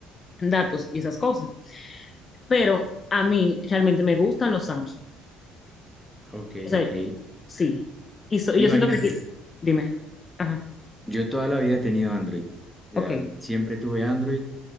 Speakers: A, on the left; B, in the centre.
A: datos y esas cosas. Pero a mí realmente me gustan los Samsung.
B: Ok,
A: O sea,
B: ok.
A: sí. Y, so- y
B: Imagínate,
A: yo siento que... Dime. Ajá.
B: yo toda la vida he tenido Android. O
A: Ok.
B: sea, siempre tuve Android